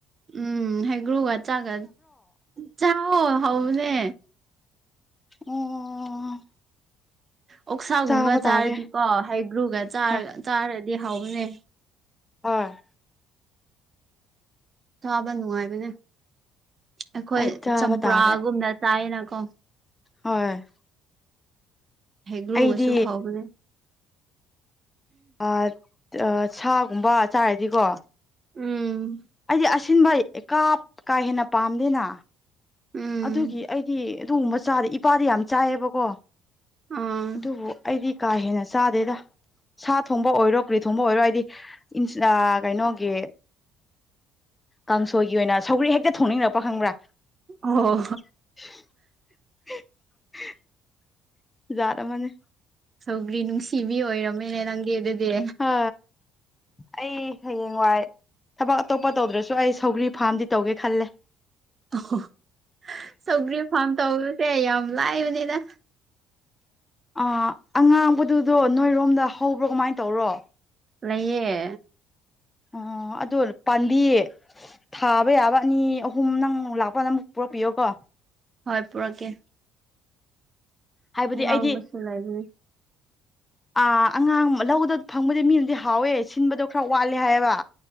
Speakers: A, on the right; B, on the left.
A: ꯎꯝ ꯍꯩꯒ꯭ꯔꯨꯒ ꯆꯥꯛꯀ ꯆꯥꯎꯋꯣ ꯍꯥꯎꯕꯅꯦ
B: ꯑꯣ
A: ꯑꯣꯛꯁꯥꯒꯨꯝꯕ
B: ꯆꯥꯕ
A: ꯆꯥꯔꯗꯤꯀꯣ
B: ꯇꯥꯔꯦ
A: ꯍꯩꯒ꯭ꯔꯨꯒ ꯆꯔ
B: ꯍꯣꯏ
A: ꯆꯥꯔꯗꯤ ꯍꯥꯎꯕꯅꯦ
B: ꯑꯣꯏ
A: ꯆꯥꯕ ꯅꯨꯡꯉꯥꯏꯕꯅꯦ ꯑꯩꯈꯣꯏ
B: ꯑꯩ ꯆꯥꯕ
A: ꯆꯝꯄ꯭ꯔꯥꯒꯨꯝꯅ
B: ꯇꯥꯔꯦ
A: ꯆꯥꯏꯌꯦꯅꯀꯣ
B: ꯍꯣꯏ
A: ꯍꯩꯒ꯭ꯔꯨ
B: ꯑꯩꯗꯤ
A: ꯒꯁꯨ ꯍꯥꯎꯕꯅꯦ
B: ꯑꯥꯠ ꯑ ꯁꯥꯒꯨꯝꯕ ꯆꯥꯔꯗꯤꯀꯣ
A: ꯎꯝ
B: ꯑꯩꯗꯤ ꯑꯁꯤꯟꯕ ꯀꯥꯞ ꯀꯥ ꯍꯦꯟꯅ ꯄꯥꯝꯗꯦꯅꯥ
A: ꯎꯝ
B: ꯑꯗꯨꯒꯤ ꯑꯩꯗꯤ ꯑꯗꯨꯒꯨꯝꯕ ꯆꯥꯗꯤ ꯏꯄꯥꯗꯤ ꯌꯥꯝ ꯆꯥꯏꯌꯦꯕꯀꯣ
A: ꯑꯥ
B: ꯑꯗꯨꯕꯨ ꯑꯩꯗꯤ ꯀꯥ ꯍꯦꯟꯅ ꯆꯥꯗꯦꯗꯥ ꯁꯥ ꯊꯣꯡꯕ ꯑꯣꯏꯔꯣ ꯀ꯭ꯔꯤ ꯊꯣꯡꯕ ꯑꯣꯏꯔꯣ ꯑꯩꯗꯤ ꯏꯟꯁ ꯑ ꯀꯩꯅꯣꯒꯤ ꯀꯥꯡꯁꯣꯏꯒꯤ ꯑꯣꯏꯅ ꯁꯧꯒ꯭ꯔꯤ ꯍꯦꯛꯇ ꯊꯣꯡꯅꯤꯡꯂꯛꯄ ꯈꯪꯕ꯭ꯔꯥ
A: ꯑꯣ
B: <unintelligible> ꯖꯥꯠ ꯑꯃꯅꯤ
A: ꯁꯧꯒ꯭ꯔꯤ ꯅꯨꯡꯁꯤꯕꯤ ꯑꯣꯏꯔꯝꯃꯦꯅꯦ ꯅꯪꯒꯤ ꯑꯗꯨꯗꯤ
B: ꯍꯥ ꯑꯩ ꯍꯌꯦꯡꯋꯥꯏ ꯊꯕꯛ ꯑꯇꯣꯞꯄ ꯇꯧꯗ꯭ꯔꯁꯨ ꯑꯩ ꯁꯧꯒ꯭ꯔꯤ ꯐꯥꯝꯗꯤ ꯇꯧꯒꯦ ꯈꯜꯂꯦ
A: ꯑꯣ ꯁꯧꯒ꯭ꯔꯤ ꯐꯥꯔꯝ ꯇꯧꯕꯁꯦ ꯌꯥꯝ ꯂꯥꯏꯕꯅꯤꯅ
B: ꯑ ꯑꯉꯥꯡꯕꯗꯨꯗꯣ ꯅꯣꯏꯔꯣꯝꯗ ꯍꯧꯕ꯭ꯔꯣ ꯀꯃꯥꯏꯟ ꯇꯧꯔꯣ
A: ꯂꯩꯌꯦ
B: ꯑꯣ ꯑꯗꯨꯔ ꯄꯥꯟꯕꯤ ꯊꯥꯕ ꯌꯥꯕ ꯑꯅꯤ ꯑꯍꯨꯝ ꯅꯪ ꯂꯥꯛꯄꯗ ꯑꯃꯨꯛ ꯄꯨꯔꯛꯄꯤꯌꯣ ꯀꯣ
A: ꯍꯣꯏ ꯄꯨꯔꯛꯀꯦ
B: ꯍꯥꯏꯕꯗꯤ
A: ꯉꯥꯡꯕꯁꯨ
B: ꯑꯩꯗꯤ
A: ꯂꯩꯕꯅꯦ
B: ꯑ ꯑꯉꯥꯡ ꯂꯧꯗ ꯐꯪꯕꯗꯤ ꯃꯤꯅꯗꯤ ꯍꯥꯎꯋꯦ ꯁꯤꯟꯕꯗꯣ ꯈꯔ ꯋꯥꯠꯂꯦ ꯍꯥꯏꯌꯦꯕ